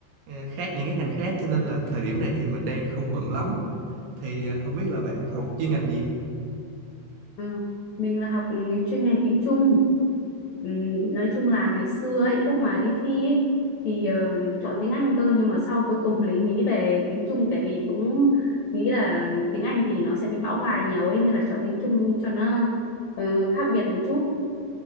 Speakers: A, on the right (about 80°); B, on the left (about 65°).
A: ờ, khác những cái ngành khác cho nên là thời điểm này thì mình đang không bận lắm. Thì ờ, không biết là bạn học chuyên ngành gì?
B: Ờ, mình là học chuyên ngành tiếng Trung. Ừm, nói chung là ngày xưa ấy, lúc mà đi thi ấy, thì ờ, chọn tiếng Anh cơ nhưng mà sau cuối cùng <laughs> lại nghĩ về tiếng Trung tại vì cũng nghĩ là tiếng Anh thì nó sẽ bị bão hòa nhiều ấy nên là chọn tiếng Trung cho nó ờ, khác biệt một chút.